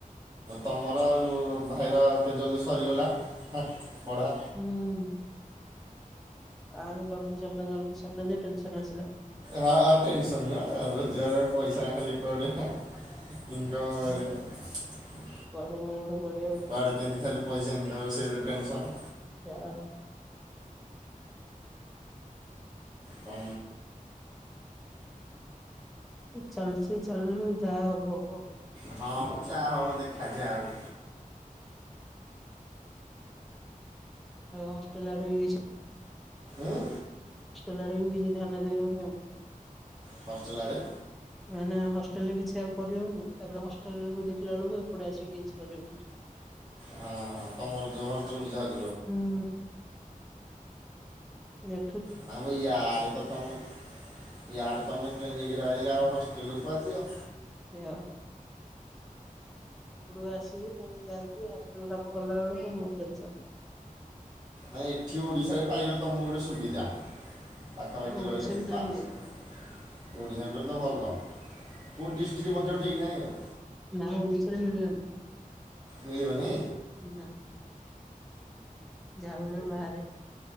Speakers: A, on the right (about 30°); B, in the centre.
A: ତମର ଆଉ ଭାଇର କେତେ ଜଲଦି ସରିଗଲା? ହୁଁ ପଢ଼ା।
B: ହୁଁ। କାଇଁ ଜଲଦି ସରିଲା ଜଲଦି ସରିଲା ଯେ ଟେନସନ ଆସିଲା।
A: ହଁ ଆ ଟେନସନ ନା <unintelligible> ପଇସା ଖାଲି <unintelligible>
B: କଆଡୁକୁ
A: କୁଆଡେ କେମିତି ଖାଲି ପଇସା ଏ ସେଇ ଗୋଟେ ଟେନସନ।
B: ଯାହା
A: ତ
B: ଚାଲିଛି ଚାଲୁ ଯାହା ହବ ହବ।
A: ହଁ ହବ ଯାହା ହବ ଦେଖାଯାଉ?
B: ହଷ୍ଟେଲ ଆଡେ ବି ସେଇ
A: ଉଁ।
B: ଲାଡେ ବି କିଛି ଧ୍ୟାନ ଦେବନି ଆଉ।
A: ହଷ୍ଟେଲ୍ ଆଡେ?
B: ମାନେ ହଷ୍ଟେଲ ରେ କିଛି ଆଉ କରିହବନି ତାପରେ ହଷ୍ଟେଲ କୁ ଦେଖିଲା ବେଳକୁ ଏପଟେ ଆସିକି କିଛି କରି ହଉନି।
A: ହଁ ହଁ ତମର ଯୋଉ ହଷ୍ଟେଲକୁ ଯାଉଛ।
B: ହୁଁ ଏ
A: ତା ୟାର ତ ତମେ ୟାର ତମେ ଟ୍ରେନିଂରେ ରହିଲ ଆଉ ହ ଟେଲକୁ କୁଆଡେ ଯିବ?
B: ସେଇଆ। ଆପକୁ ଆସିକି ପୁଣି ଯାଇକି ହଷ୍ଟେଲ କାମ କଲା ବେଳକୁ ବହୁତ ପେନସନ।
A: ନାଇଁ ଏଠି ଓଡିଶାରେ ପାଇଗଲେ ତମକୁ ଗୋଟେ ସୁବିଧା। ପାଖାପାଖି
B: ଆଉ
A: ରହିଲେ
B: ଓଡିଶା ଭିତରେ
A: ବାସ
B: ମିଳିବନି
A: ଓଡିଶା ତ ଭଲ। କଉ ଡିଷ୍ଟ୍ରିକ ପକେଇବ ଠିକ ନାହିଁ ଆଉ?
B: ନା ଓଡିଶାରେ ମିଳିବନି।
A: ମିଳିବନି?
B: ନା ଯାହା ମିଳିବ ବାହାରେ।